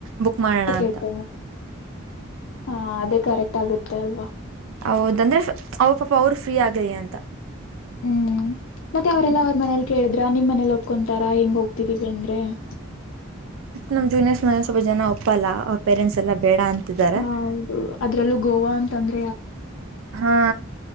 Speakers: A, on the right (about 80°); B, on the left (about 75°).
A: ಬುಕ್ ಮಾಡೋಣ
B: ಟಿಕೆಟ್,
A: ಅಂತ
B: ಹಾ! ಅದೇ ಕರೆಕ್ಟ್ ಆಗುತ್ತೆ ಅಲ್ವಾ? <inaudible>
A: ಹೌದಂದ್ರೆ! ಅವರು, ಪಾಪ, ಅವರು, ಫ್ರೀ, ಆಗಲೀ, ಅಂತ. <inaudible>
B: ಹ್ಮ್, ಮತ್ತೆ ಅವರೆಲ್ಲ ಅವ್ರ! ಮನೇಲಿ ಕೇಳಿದ್ರ ನಿಮ್ಮ ಮನೇಲಿ ಒಪ್ಕೊಂತಾರಾ! ಹೆಂಗ ಹೋಗ್? <inaudible> ಕುಂತಿತ್ತು, ಅಂದ್ರೆ? <inaudible>
A: ನಮ್, ಜೂನಿಯರ್ಸ್! ಮೇಲೆ ಸ್ವಲ್ಪ ಜನ ಒಪ್ಪಲ್ಲ ಅವ ಪೇರೆಂಟ್ಸ್, ಎಲ್ಲಾ ಬೇಡ ಅಂತಿದ್ದಾರೆ?
B: ಹೌದು
A: <inaudible>
B: ಅದ್ರಲ್ಲೂ, ಗೋವಾ, ಅಂತಾಂದ್ರೆ? <inaudible>
A: ಹಾ,